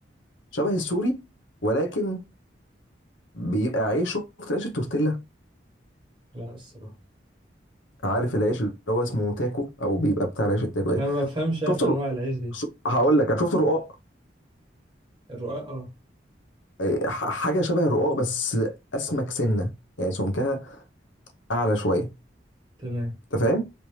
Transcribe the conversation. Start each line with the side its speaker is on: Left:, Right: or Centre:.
Left: شبه السوري ولكن بيبقى عيش شفت عيش التورتيلا
Right: لا الصراحة
Left: عارف العيش اللي هو اسمه تاكو او بيبقى بتاع عيش التاكو ايه
Right: أنا ما بفهمش أنا
Left: شفت
Right: في
Left: الر-
Right: أنواع العيش دي
Left: ش- هقول لك شفت الرقاق
Right: الرقاق اه
Left: إيه، ح- حاجه شبه الرقاق بس اسمك سنه يعني سمكها اعلى شويه
Right: تمام
Left: انت فاهم